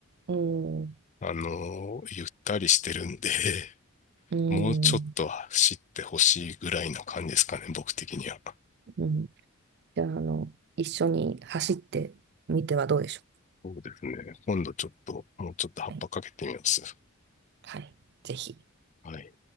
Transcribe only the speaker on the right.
うん、
うん、
うん。じゃあ、あの、一緒に走ってみてはどうでしょ
う。はい、はい、ぜひ。